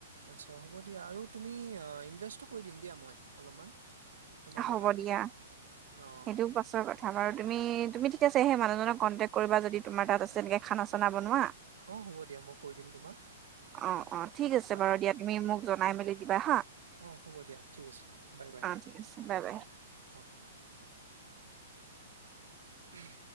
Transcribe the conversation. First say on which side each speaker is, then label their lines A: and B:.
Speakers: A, on the right; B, on the right.
A: আচ্ছা হ'ব দিয়া আৰু তুমি ইনভেষ্টটো কৰি দিম দিয়া মই অলপমান তোমাৰ
B: হ'ব
A: দোকানটোত
B: দিয়া
A: অ'
B: সেইটোও পাছৰ কথা বাৰু তুমি তুমি আছে সে মানুহজনক কন্টেক্ কৰিবা যদি তোমাৰ তাত আছে এনেকে খানা চানা বনোৱা
A: অঁ হ'ব দিয়া মই কৈ দিম তোমাক
B: অ অ ঠিক আছে
A: অ
B: বাৰু দিয়া তুমি মোক জনাই মেলি দিবা হা
A: অঁ হ'ব দিয়া ঠিক আছে বাই বাই
B: অ ঠিক আছে বাই বাই
A: অ উম